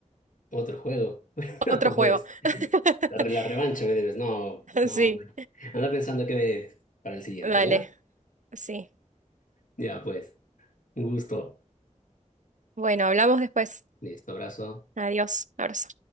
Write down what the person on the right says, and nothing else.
Otro juego.
<laughs>
Sí,
vale,
sí.
Bueno, hablamos después.
Adiós, abrazo.